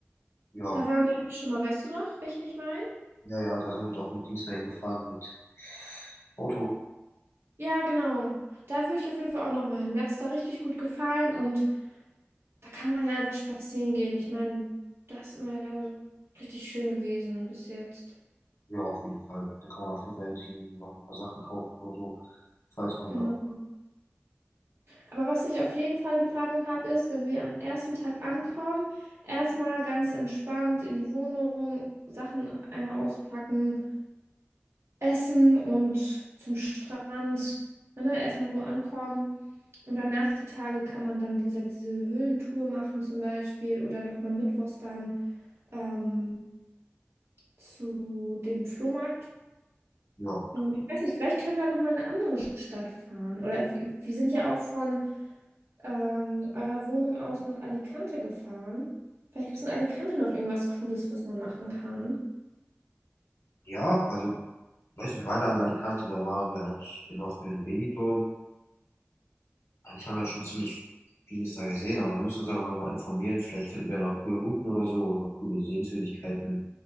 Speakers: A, on the left; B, on the right.
A: Ja,
B: Da waren wir auch schon mal, weißt du noch, welchen ich meine?
A: ja, ja, da sind wir doch mit Dings dahin gefahren, mit Auto.
B: Ja, genau. Da würde ich auf jeden Fall auch noch mal hin. Mir hat es da richtig gut gefallen und da kann man ja einfach spazieren gehen. Ich meine, das ist immer ja richtig schön gewesen bis jetzt.
A: Ja, auf jeden Fall. Da kann man auf jeden Fall sich irgendwie noch ein paar Sachen kaufen oder so, falls man
B: Genau.
A: braucht.
B: Aber was ich auf jeden Fall in Planung habe, ist, wenn wir am ersten Tag ankommen, erstmal ganz entspannt in die Wohnung, Sachen einmal auspacken, essen und zum Strand, ne, erstmal in Ruhe ankommen. Und danach die Tage kann man dann, wie gesagt, diese Höhlentour machen zum Beispiel oder nochmal mittwochs dann ähm, zu dem Flohmarkt.
A: Ja,
B: Und ich weiß nicht, vielleicht können wir auch nochmal in eine andere Stadt fahren. Oder f- wir sind ja auch von ähm, eurer Wohnung aus nach Alicante gefahren. Vielleicht gibt es in Alicante noch irgendwas Cooles, was man machen kann.
A: ja, also, weiß nicht, wir waren da in Alicante, da waren wir eigentlich noch in Benidorm. Eigentlich haben wir schon ziemlich vieles da gesehen, aber wir müssen uns aber nochmal informieren. Vielleicht finden wir noch coole Routen oder so oder coole Sehenswürdigkeiten.